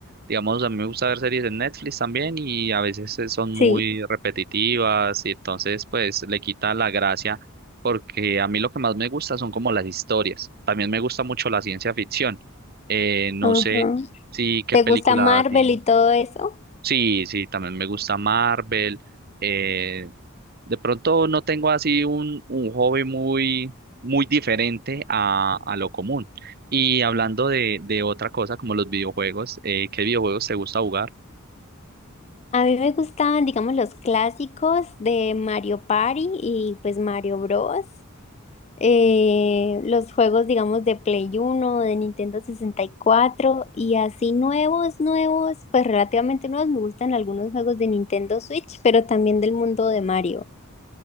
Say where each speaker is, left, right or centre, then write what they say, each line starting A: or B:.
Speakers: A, on the right (about 45°); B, on the left (about 30°).
A: Digamos, a mí me gusta ver series en Netflix también y a veces eh, son
B: Sí.
A: muy repetitivas y entonces pues le quita la gracia porque a mí lo que más me gusta son como las historias. También me gusta mucho la ciencia ficción. Eh, no
B: Ajá.
A: sé si qué
B: ¿Te
A: película
B: gusta Marvel
A: si
B: y todo eso?
A: Sí, sí, también me gusta Marvel. eh, de pronto no tengo así un, un hobby muy, muy diferente a, a lo común. Y hablando de, de otra cosa como los videojuegos, eh, ¿qué videojuegos te gusta jugar?
B: A mí me gustan, digamos, los clásicos de Mario Party y pues Mario Bros. Eh, los juegos, digamos, de Play Uno de Nintendo 64 y cuatro y así nuevos, nuevos, pues relativamente nuevos. Me gustan algunos juegos de Nintendo Switch, pero también del mundo de Mario.